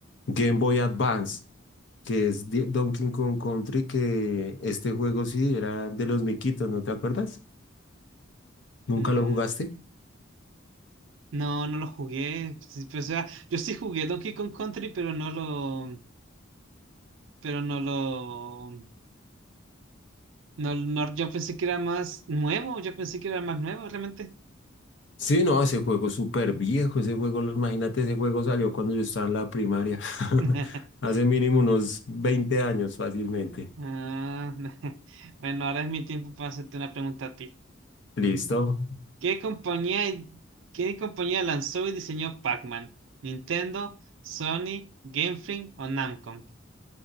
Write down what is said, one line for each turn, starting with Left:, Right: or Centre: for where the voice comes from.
Left: Game Boy Advance, que es Di- Donkey Kong Country, que este juego sí era de los miquitos, ¿no te acuerdas? ¿Nunca
Right: Mm,
Left: lo jugaste?
Right: no, no lo jugué. Sí, pues, o sea, yo sí jugué Donkey Kong Country, pero no lo, pero no lo, no, no- yo pensé que era más nuevo, yo pensé que era más nuevo realmente.
Left: Sí, no, ese juego es súper viejo, ese juego, imagínate, ese juego salió cuando yo estaba en la primaria, <laughs>
Right: <laughs>
Left: hace mínimo unos 20 años fácilmente.
Right: Ah, <laughs> bueno, ahora es mi tiempo para hacerte una pregunta a ti.
Left: Listo.
Right: ¿Qué compañía, qué compañía lanzó y diseñó Pac-Man? ¿Nintendo, Sony, Game Freak o Namco?